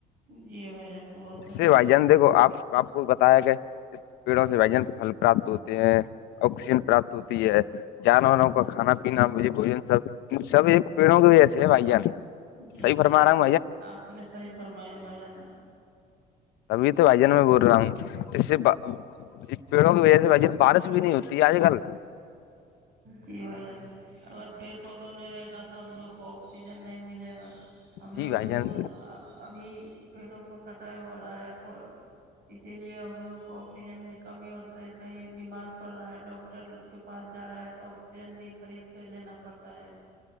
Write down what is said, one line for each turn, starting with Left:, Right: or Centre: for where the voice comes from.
Right: جی بھائی جان بہت ہو
Left: سے
Right: جائے
Left: بھائی
Right: گا
Left: جان دیکھو آپ آپ کو بتایا ہے کہ اس پیڑوں سے بل <inaudible> پراپت ہوتے ہیں آکسیجن پراپت ہوتی ہے جانوروں کا کھانا پینا مجھے بوجن سب سب پیڑوں کے وجہ سے ہے بھائی جان
Right: جی
Left: صحیح
Right: بھائی
Left: فرما
Right: جان
Left: رہا ہوں
Right: آپ نے صحیح فرمایا بھایی جان
Left: ابھی تو بھائی جان میں بول رہا ہوں ایسے جی پیڑوں کی وجہ سے بھایی جان بارش بھی نہیں ہوتی ہے آج کل
Right: جی بھایی جان اگر پیڑ پودوں نہیں رہے گا تو ہم لوگ کو آکسیجن نہیں ملے گا ہم
Left: جی
Right: لوگ
Left: بھائی
Right: کو
Left: جان
Right: ابھی پیڑوں کو کٹائی ہو رہا ہے اسی لیے ہم لوگ کو آکسیجن کی کمی ہوتا ہے کہیں بیمار پڑ رہا ہے ڈاکٹر کے پاس جا رہا ہے تو آکسیجن بھی خرید کر لینا پڑتا ہے